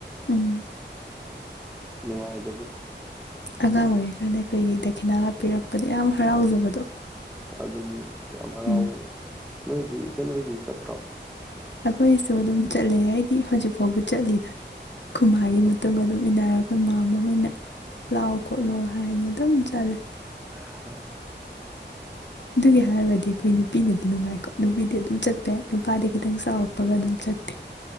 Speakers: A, on the left; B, in the centre.
A: ꯎꯝ
B: <unintelligible>
A: ꯑꯉꯥꯡ ꯑꯣꯏꯔꯤꯀꯥꯟꯗ ꯑꯩꯈꯣꯏꯒꯤ <unintelligible> ꯈꯤꯅꯥꯒ
B: ꯍꯣꯏ
A: ꯄꯤꯔꯛꯄꯗ ꯌꯥꯝ ꯍꯔꯥꯎ ꯍꯧꯖꯕ
B: ꯑꯗꯨꯅꯤ ꯌꯥꯝ ꯍꯔꯥꯎꯋꯦꯕ,
A: ꯎꯝ
B: ꯅꯣꯏꯗꯤ? ꯅꯣꯏꯗꯤ ꯆꯠꯇ꯭ꯔꯣ?
A: ꯑꯩꯈꯣꯏꯁꯨ ꯑꯗꯨꯝ ꯆꯠꯂꯦ ꯑꯩꯗꯤ ꯍꯧꯖꯤꯛ ꯐꯥꯎꯕꯨ ꯆꯠꯂꯤꯗ꯫ ꯑꯈꯣꯏꯃꯥꯒꯤ
B: ꯑꯣ
A: ꯃꯇꯨꯡ ꯑꯗꯨꯝ ꯏꯟꯅꯔꯛ ꯃꯥꯝꯃꯥ ꯍꯣꯏꯅ ꯂꯥꯎ - ꯈꯣꯠꯂꯣ
B: ꯑꯣ
A: ꯍꯥꯏꯅ ꯑꯗꯨꯝ <unintelligible>
B: <unintelligible>
A: ꯑꯗꯨꯒꯤ ꯍꯥꯏꯔꯨꯔꯗꯤ ꯑꯩꯈꯣꯏ ꯅꯨꯄꯤꯅꯗꯤ ꯅꯨꯡꯉꯥꯏꯀꯣ, ꯅꯨꯄꯤꯗꯤ ꯑꯗꯨꯝ ꯆꯠꯄ ꯌꯥꯏ ꯅꯨꯄꯥꯗꯤ ꯈꯤꯇꯪ ꯆꯥꯎꯔꯛꯄꯒ ꯑꯗꯨꯝ ꯆꯠꯇꯦ꯫